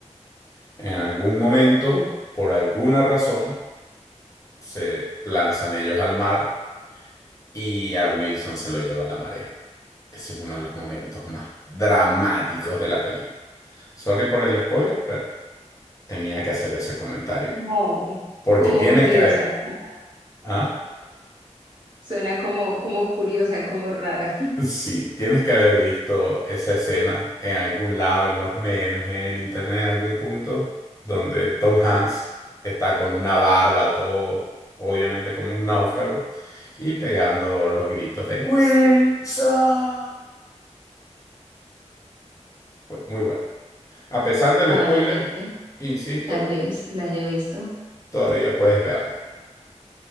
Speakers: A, on the left (about 25°); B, on the right (about 40°).
A: En algún momento,
B: ok.
A: por alguna razón, se lanzan ellos al mar y a Wilson se lo lleva la marea. Ese es uno de los momentos más dramáticos de la película. Sorry por el spoiler, pero tenía que hacer ese comentario.
B: Como,
A: Porque
B: como
A: tienes
B: curiosa,
A: que ver.
B: como-
A: ¿Ah?
B: suena como, como curiosa, como rara. <laughs>
A: Sí, tienes que haber visto esa escena en algún lado, en los memes, en el internet, en algún punto, donde Tom Hanks está con una barba, todo obviamente como un náufrago, y pegando los gritos de Wilson. Fue muy bueno. A pesar del
B: Probablemente,
A: spoiler, insisto,
B: tal vez la haya visto,
A: todavía puedes verla.